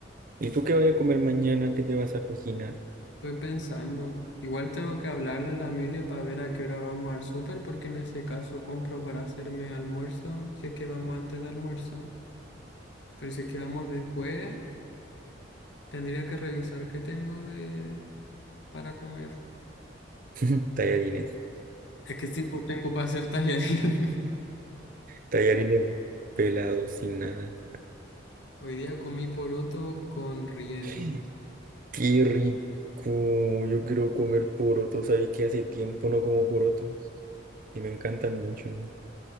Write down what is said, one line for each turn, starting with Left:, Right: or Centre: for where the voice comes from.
Right: ¿Y tú qué vas a comer mañana? ¿Qué te vas a cocinar?
Left: Estoy pensando. Igual tengo que hablarle a la Mile para ver a qué hora vamos al súper, porque en ese caso compro para hacerme almuerzo, si es que vamos antes de almuerzo. Pero si es que vamos después, tendría que revisar qué tengo de para comer.
Right: <laughs> Tallarines.
Left: Es que sí, pues tengo para hacer tallarín.
Right: Tallarines pelados sin nada.
Left: <laughs> Hoy día comí poroto con riendo.
Right: <clears throat> ¡Qué rico! Yo quiero comer porotos. Sabes que hace tiempo no como porotos y me encantan mucho. ¿no?